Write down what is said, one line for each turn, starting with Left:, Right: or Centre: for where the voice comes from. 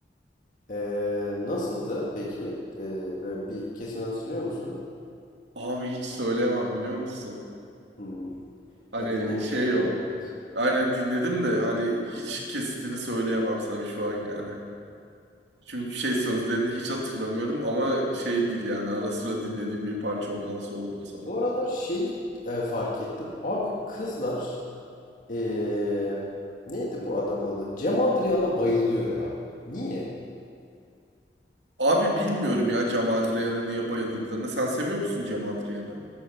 Left: Ee, nasıldı peki? Ee, böyle bir kesimini hatırlıyor musun?
Right: Abi hiç söyleyemem biliyor musun?
Left: Hmm.
Right: Hani
Left: E, dinlemişimdir
Right: şey yok.
Left: elbet.
Right: Aynen dinledim de hani hiç kesitini söyleyemem sana şu an yani. Çünkü şey sözlerini hiç hatırlamıyorum ama şey değil yani ara sıra dinlediğim
Left: Hı hı.
Right: bir parça ondan sordum sana.
Left: Bu aralar şeyi e, fark ettim. Abi kızlar ee, neydi bu adamın adı? Cem Adrian'a bayılıyor ya. Niye?
Right: Abi bilmiyorum ya Cem Adrian'a niye bayıldıklarını. Sen seviyor musun Cem Adrian'ı?